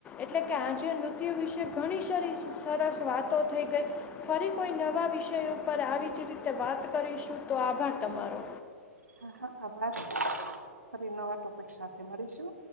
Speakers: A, on the left; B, on the right.
A: એટલે કે આજે નૃત્યો વિશે ઘણી સ સરસ વાતો થઈ ગઈ ફરી કોઈ નવા વિષયો પર આવી જ રીતે વાત કરીશું તો આભાર તમારો.
B: હા હા આ વાત ફરી નવા ટોપિક સાથે મળીશું.